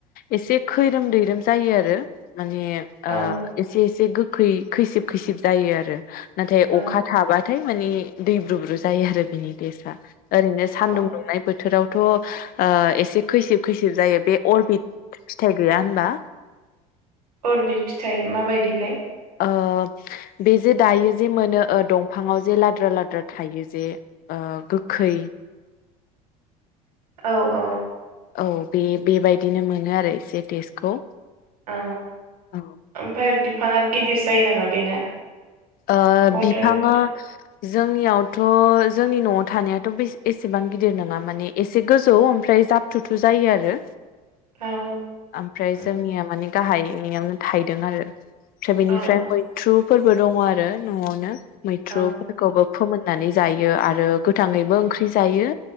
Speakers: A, on the left; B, on the right.
A: एसे खैरोम दैैरोम जायो आरो। माने ओ
B: औ
A: एसे एसे गोख खै-खैसिब खैसिब जायो आरो। नाथाय
B: औ
A: अखा थाबा थाय मानि दै ब्रुुब्रु जायो आरो बेनि टेसआ। ओरैनो सानदुं
B: औ
A: दुंनाय बोथोराव थ ओ एसे खैसिब खैसिब जायो बे अरबिद फिथाइ गैया होनबा?
B: अरबि फिथाइ माबायदिथाय?
A: ओ बे जे दायो जे मोनो ओ दंफाङाव जे लाद्रा लाद्रा थायो जे ओ गोखै।
B: औ औ
A: औ बे बेबायदिनो मोनो आरो एसे टेस्टखौ
B: ओ
A: ओ
B: ओमफ्राय बिफाङा गिदिरस जायो नामा बेना
A: ओ
B: वाटार
A: बिफाङा।
B: एपोला
A: जोंनियावथ' जोंनि न'आव थानायाथ' बेस एसेबां गिदिर नङा माने एसे गोजौ ओमफ्राय जाब थुथु जायो आरो।
B: औ
A: ओमफ्राय
B: औ
A: जोंनिया माने। गाहायनियावनो थाइदों आरो। फ्राय बेनिफ्राय
B: औ औ
A: मैथ्रु। फोरबो दङ आरो आरो न'आवनो मैथ्रुफोरखौबो
B: औ
A: फोमोननानै। जायो आरो गोथाङैबो ओंख्रि जायो।